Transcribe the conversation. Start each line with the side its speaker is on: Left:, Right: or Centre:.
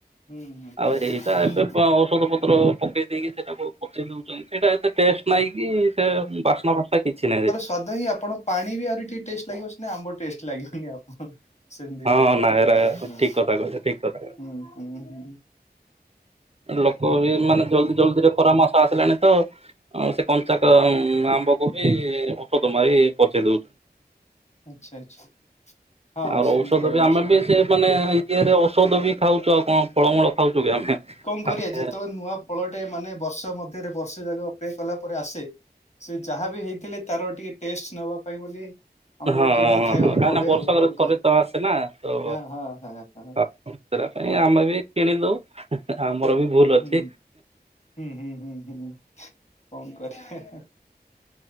Left: ହୁଁ ହୁଁ
Right: ଆଉ
Left: ନିହାତି
Right: ଏଇଟା
Left: ନିହାତି
Right: ଏବେ ଔଷଧ ପତ୍ର ପକେଇ ଦେଇକି ସେଇଟାକୁ ପଠେଇ ଦଉଛି। ସେଇଟା ଏତେ ଟେଷ୍ଟ ନାଇଁ କି ସେ ବାସ୍ନା ଫାସ୍ନା କିଛି ନାହିଁ।
Left: ସଵାଦ ହଁ ଆପଣ ପାଣି ବି ଆହୁରି ଟିକେ ଟେଷ୍ଟ ଲାଗିବ ନା ଆମ୍ବ ଟେଷ୍ଟ ଲାଗିବନି ଆପଣ ସେମିତି
Right: ହଁ
Left: ଲାଗେ
Right: ନାଇଁ
Left: ଟେଷ୍ଟ
Right: ଏରା
Left: ଟା ହଁ
Right: ଠିକ କଥା କହିଲେ ଠିକ କଥା
Left: ହ ହ।
Right: ଲୋକ ବି ମାନେ ଜଲଦି ଜଲଦିରେ ଖରା ମାସ ଆସିଲାଣି ତ। ହ ସେ କଞ୍ଚାକ ଆମ୍ବକୁ ବି ଔଷଧ ମାରି ପଚେଇ ଦଉଛନ୍ତି।
Left: ଆଚ୍ଛା ଆଚ୍ଛା। ହଁ
Right: ଆଉ
Left: ସେମିତି
Right: ଔଷଧ
Left: କରନ୍ତି
Right: ବି ଆମେ
Left: ସବୁ।
Right: ବି ସେ ମାନେ ଇରେ ଔଷଧ ବି ଖାଉଛୁ ଆଉ କଣ। ଫଳମୂଳ ଖାଉଛୁ କି ଆମେ।
Left: କଣ
Right: ହଁ
Left: କରିବା ଯେତେବେଳେ ନୂଆ। ଫଳଟେ ମାନେ ବର୍ଷ ମଧ୍ୟରେ ବର୍ଷେ ଯାକ ଅପେକ୍ଷା କଲା ପରେ ଆସେ। ସେ ଯାହା ବିି ହେଇଥିଲେ ତାର ଟିକେ ଟେଷ୍ଟ ନବା ପାଇଁ ବୋଲି। ଆମକୁ
Right: ହଁ
Left: କିଣିକି
Right: ହଁ ହଁ
Left: ଖାଇବାକୁ
Right: କାହିଁକି
Left: ପଡେ
Right: ବର୍ଷାକରେ
Left: ଆଉ କଣ
Right: ଥରେ ତ ଆସେ ନା ତ।
Left: କରିବା ହଁ ହଁ ହଁ ହଁ
Right: ସେଟା ପାଇଁ
Left: ସେଇଆ।
Right: ଆମେ ବି କିଣି ଦଉ ଆମର ବି ଭୁଲ
Left: ହୁଁ
Right: ଅଛି।
Left: ହୁଁ ହୁଁ ହୁଁ ହୁଁ। କଣ କରିବା।